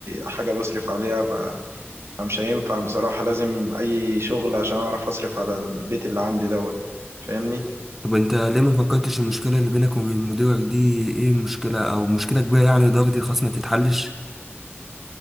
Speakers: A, on the right; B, in the centre.
A: حاجة بصرف عليها ف... فمش هينفع بصراحة لازم أي شغل عشان أعرف أصرف على البيت اللي عندي دوت فاهمني؟
B: طب انت ليه ما فكرتش المشكله اللي بينك وبين مديرك دي ايه المشكله او مشكله كبيره يعني لدرجه الخصم ما تتحلش